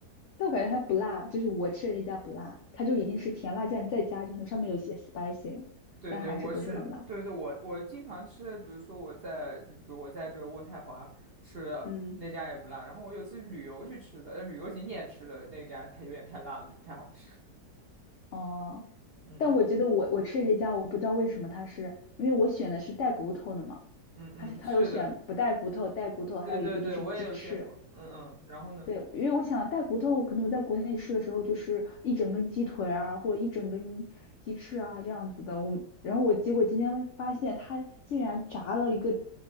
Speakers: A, on the left (about 85°); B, on the right (about 60°).
A: 但我感觉它不辣，就是我吃的那家不辣，它就已经是甜辣酱再加，就是上面有一些 spicy，了但还是不是很辣。
B: 对对，我是对对，我我经常吃的，比如说我在就比如我在这渥太华吃的那家也不辣，
A: 嗯。
B: 然后我有次旅游去吃的，旅游景点吃的那家它有点太辣了，就不太好吃。
A: 哦，
B: 嗯嗯
A: 但我觉得我我吃的这家，我不知道为什么它是，因为我选的是带骨头的嘛，
B: 嗯嗯，
A: 它是它有选不带骨头、
B: 是的，
A: 带骨头，还有一个就是鸡翅。
B: 对对对，我也有见过。嗯嗯，然后呢？
A: 对，因为我想带骨头，可能我在国内吃的时候就是一整根鸡腿啊，或者一整根鸡翅啊这样子的。我然后我结果今天发现它竟然炸了一个